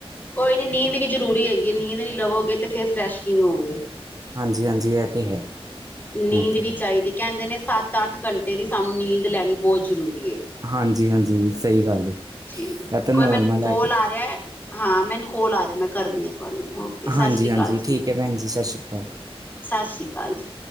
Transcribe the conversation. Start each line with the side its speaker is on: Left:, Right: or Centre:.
Left: ਕੋਈ ਨੀ ਨੀਂਦ ਵੀ ਜ਼ਰੂਰੀ ਹੈਗੀ ਏ ਨੀਂਦ ਨੀ ਲਵੋਗੇ ਤੇ ਫੇਰ ਫਰੈਸ਼ ਕਿਵੇਂ ਹੋਉਗੇ।
Right: ਹਾਂਜੀ-ਹਾਂਜੀ ਐ ਤੇ ਹੈ।
Left: ਨੀਂਦ
Right: ਇਹ ਤੇ
Left: ਵੀ
Right: ਹੈ
Left: ਚਾਈਦੀ ਕੇਂਦੇ ਨੇ ਸੱਤ ਅੱਠ ਘੰਟੇ ਦੀ ਸਾਨੂੰ ਨੀਂਦ ਲੈਣੀ ਬੋ ਜ਼ਰੂਰੀ ਏ।
Right: ਹਾਂਜੀ-ਹਾਂਜੀ ਸਈ ਗੱਲ ਏ।
Left: ਜੀ
Right: ਇਹ ਤਾਂ
Left: ਕੋਈ
Right: ਨੋਰਮਲ
Left: ਮੈਨੂੰ ਕੋਲ
Right: ਹੈਗਾ
Left: ਆ ਰਿਐ ਹਾਂ ਮੈਨੂੰ ਕੋਲ ਆ ਰਿਆ ਮੈਂ ਕਰਨੀ ਆ। ਤੁਆਨੂੰ ਓਕੇ ਸਸ
Right: ਹਾਂਜੀ
Left: ਸ੍ਰੀ
Right: ਹਾਂਜੀ
Left: ਕਾਲ ਜੀ,
Right: ਠੀਕ ਹੈ ਭੈਣ ਜੀ ਸਤਿ ਸ਼੍ਰੀ ਅਕਾਲ
Left: ਸਸ ਸ੍ਰੀ ਕਾਲ ਜੀ।